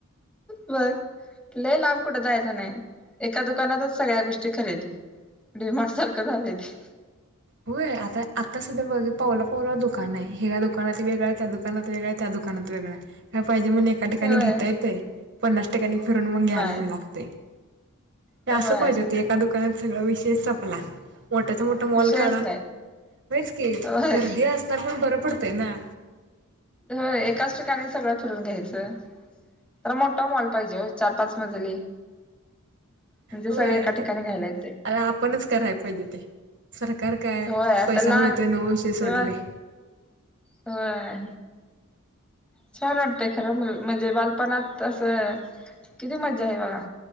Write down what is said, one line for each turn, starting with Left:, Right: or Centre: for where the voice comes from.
Centre: बर, लय लांब कुठ जायचं नाही एका दुकानातच सगळ्या गोष्टी खरेदी दे व्हाट सारखझालंय की
Right: होय आता आता सध्या बघ पावला पावला दुकान आहे ह्या दुकानात वेगळं आहे त्या दुकानात वेगळं त्या दुकानात वेगळा आहे हेब.. पाहिजे म्हणून एका ठिकाणी
Centre: होय
Right: घेता येतयं पन्नास टक्क्यंणी करणमून घ्यायबी
Centre: नाही
Right: लागतयं हं
Centre: होय
Right: असं पाहिजे होते एका दुकानात सगळां विषय संपला मोठ्याचा मोठा
Centre: विषयच
Right: मोल आ
Centre: नाही
Right: मीचकी
Centre: होय
Right: गर्दी असताना बरं पडतय ना.
Centre: जर एकाच ठिकाणी सगळं फिरून घ्यायचं, तर मोठा मॉल पाहिजे हो चार पाच मजली. म्हणजे
Right: होय
Centre: सगळे एका
Right: आता
Centre: ठिकाणी घ्यायला येतंय
Right: आ आपणच कराय पाहिजे ते सरक. कार काय
Centre: होय आता
Right: पैसा
Centre: लहान
Right: मिळतोय नव विषय
Centre: तेव्हा
Right: सोडलंय.
Centre: होय. छान वाटतय खरं मल् म्हणजे बालपणात असं किती मज्जा आहे बघा,